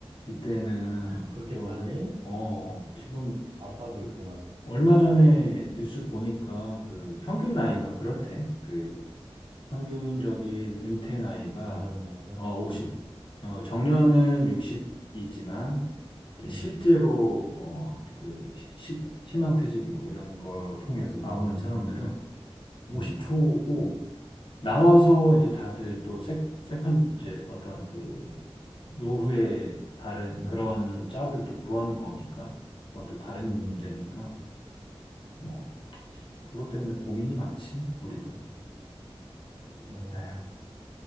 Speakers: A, on the left (about 55°); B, on the right (about 60°).
A: 이때는
B: 그렇게
A: 좀
B: 빨리
A: 어 지금
B: 압박이
A: 그
B: 있구나.
A: 얼마 전에 뉴스 보니까 그 평균 나이가
B: 음,
A: 그렇대. 그 평균적인 은퇴 나이가
B: 정년 나이가.
A: 어 50,
B: 음,
A: 어 정년은 60이지만 이제
B: 음,
A: 실제로 어그 희망퇴직 뭐 이런 걸 통해서 나오는
B: 음,
A: 사람들은 50
B: 음,
A: 초고 나와서 이제 다들 또 세, 세컨 이제 어떤 그 노후에 다른
B: 음,
A: 그런 짭을 또 구하는 거니까 그건 또 다른
B: 음,
A: 문제니까.
B: 음.
A: 뭐 그것 때문에 고민이 많지, 우리도.
B: 어,
A: 에휴,